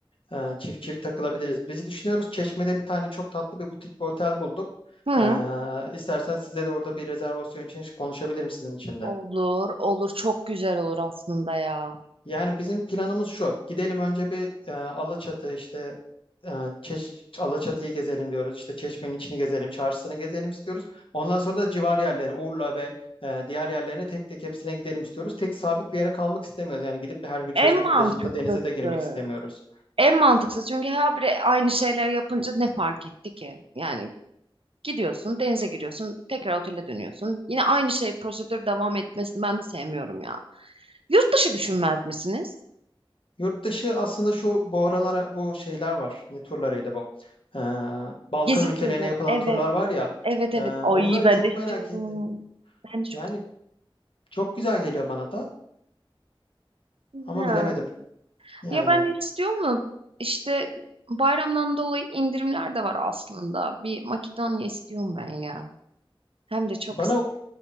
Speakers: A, on the left; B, on the right.
A: E, çift çift takılabiliriz. Biz düşünüyoruz Çeşme'de bir tane çok tatlı bir butik bir otel bulduk.
B: Hı.
A: E, istersen size de orada bir rezervasyon için konuşabilirim sizin için de.
B: Olur, olur. Çok güzel olur aslında ya.
A: Yani bizim planımız şu. Gidelim önce bir e, Alaçatı işte e, Çeş, Alaçatı'yı gezelim diyoruz. İşte Çeşme'nin içini gezelim, çarşısını gezelim istiyoruz. Ondan sonra da civar yerlere, Urla ve e, diğer yerlerine tek tek hepsine gidelim istiyoruz. Tek sabit bir yere kalmak istemiyoruz. Yani gidip de her gün Çeşme
B: En mantıklısı.
A: plajında denize de girmek istemiyoruz.
B: En mantıklısı çünkü her biri aynı şeyler yapınca ne fark etti ki? Yani Gidiyorsun, denize giriyorsun, tekrar otele dönüyorsun. Yine aynı şey prosedür devam etmesini ben de sevmiyorum ya. Yurt dışı düşünmez misiniz?
A: Yurt dışı aslında şu bu aralara bu şeyler var. Ne turlarıydı bu? Ee, Balkan
B: Gezi
A: ülkelerine
B: turları.
A: yapılan
B: Evet,
A: turlar var ya.
B: evet,
A: e,
B: evet.
A: onları
B: Ay ben
A: çok
B: de istiyorum.
A: merak ederim.
B: Ben de çok
A: Yani çok güzel geliyor bana da
B: istiyorum.
A: ama
B: Ha.
A: bilemedim. Yani
B: Ya ben de istiyor mu? İşte bayramdan dolayı indirimler de var aslında. Bir Makedonya istiyorum ben ya. Hem de çok
A: bana
B: istiyorum.